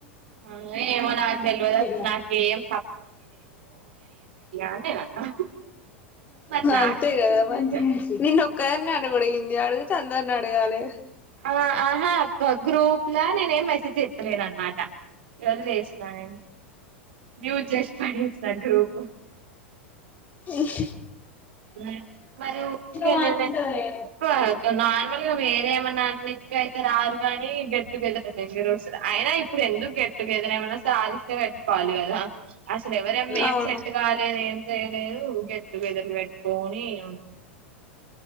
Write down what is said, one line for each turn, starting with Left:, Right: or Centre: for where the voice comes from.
Right: ఆ ఏమో నాక్ తెల్వదు, అస్సలు
Left: ఆహా
Right: నాకేం అని నేను అన్నా మరి నాకు
Left: అంతే
Right: గురించి
Left: కదమ్ నిన్ను ఒక్కదాన్నే, అన్నకూడదు నియా అడిగితే, అందరిని అడగాలే
Right: ఆ ఆహా ప గ్రూప్ లో నేనే ఏం మెసేజ్ చెప్తాలేను. అనమాట వదిలేసిన, నేను మ్యూట్ చేసి పడేసిన గ్రూపు
Left: హ్మ్ హ్
Right: మ్మ్ మరి ఉకే
Left: వాడుంటదే
Right: నేనె ఉ ఒకే నార్మల్గా, వేరే ఏమనాన్నిక అయితే రారు కాని గెట్టుగెదర్ దగ్గరికి ఎళ్ళో వస్తుంద. అయినా ఇప్పుడు ఎందుకు గెట్ తినేదె ఇలా ఏమన్నా సాధిస్తే పెట్టుకోవాలి. కదా అసలు ఎవరమ ఏం
Left: అవును
Right: సెట్ కాలేదు. ఏం చేయలేదు. గెట్ టూ గేదర్లు పెట్ నే అవును ఒకే